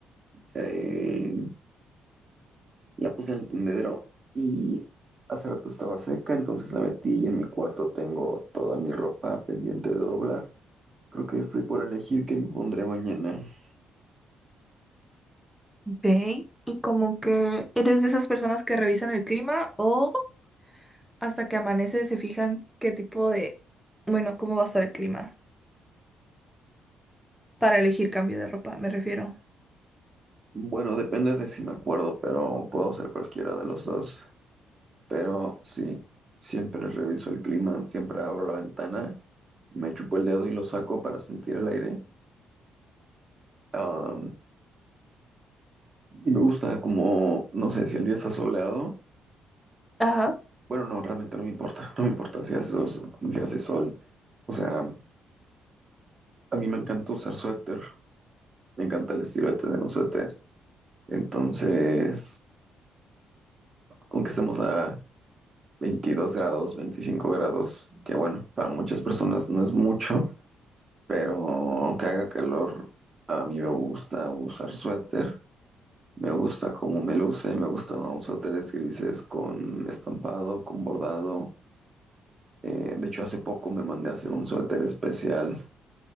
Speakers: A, on the right; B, in the centre.
A: eh, la puse en el tendedero y hace rato estaba seca, entonces la metí y en mi cuarto tengo toda mi ropa pendiente de doblar. Creo que estoy por elegir qué me pondré mañana.
B: Ok. ¿Y como que eres de esas personas que revisan el clima o hasta que amanece se fijan qué tipo de, bueno, cómo va a estar el clima para elegir cambio de ropa, me refiero?
A: Bueno, depende de si me acuerdo, pero puedo hacer cualquiera de los dos. Pero sí, siempre reviso el clima, siempre abro la ventana, me chupo el dedo y lo saco para sentir el aire. Am, y me gusta como, no sé, si el día está soleado.
B: Ajá.
A: Bueno, no, realmente no me importa, no me importa si hace sol, si hace sol. O sea, a mí me encanta usar suéter, me encanta el estilo de tener un suéter. Entonces, aunque estemos a 22 grados, 25 grados, que bueno, para muchas personas no es mucho. Pero aunque haga calor, a mí me gusta usar suéter. Me gusta cómo me luce, me gustan los suéteres grises con estampado, con bordado. Eh, de hecho, hace poco me mandé a hacer un suéter especial